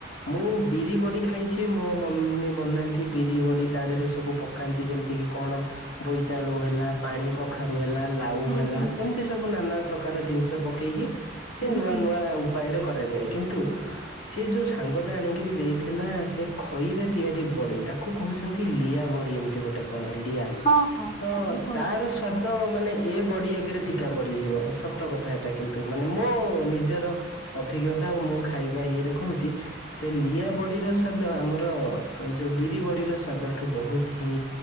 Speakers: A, on the left; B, on the left.
A: ମୁଁ ବିରି ବଡ଼ି ଖାଇଛି, ମୋ ମମି ବନାନ୍ତି ବିରି ବଡ଼ି ତା ଦେହରେ ସବୁ ପକାନ୍ତି ଯେମିତିକି କଣ ବୋଇତାଳୁ ହେଲା, ପାଣି କଖାରୁ ହେଲା ଲାଉ
B: ହଁ
A: ହେଲା,
B: ହୁଁ ହୁଁ
A: ଏମିତି ସବୁ ନାନା ପ୍ରକାର ଜିନିଷ ପକେଇକି ସିଏ
B: ହୁଁ
A: ନୂଆ
B: ହୁଁ
A: ନୂଆ ଉପାୟରେ କର କରାଯାଏ। କିନ୍ତୁ ସେ ଯୋଉ ସାଙ୍ଗ ଟା ଆଣିକିରି ଦେଇଥିଲା, ସେ ଖଇରେ ତିଆରି ବଡ଼ି ତାକୁ କହୁଛନ୍ତି ଲିଆ ବଡ଼ି ଏମିତି ଗୋଟେ କଣ ଲିଆ।
B: ହଁ ହଁ
A: ତ
B: ହଁ ମୁଁ ଶୁଣିଛି।
A: ତାର ସ୍ୱାଦ ମାନେ ଏ ବଡି ଆଗରେ ଫିକା ପଡିଯିବ। ସତ କଥା ଏଟା କିନ୍ତୁ ମାନେ ମୋ ନିଜର ଅଭି ଅଭିଜ୍ଞତା ଆଉ ମୋ ଖାଇବା ଇଏରେ କହୁଛି ସେ ଲିଆ ବଡ଼ିର ସ୍ୱାଦ, ଆମର ଯୋଉ ବିରି ବଡ଼ିର ସ୍ୱାଦଠୁ ବହୁତ ହିଁ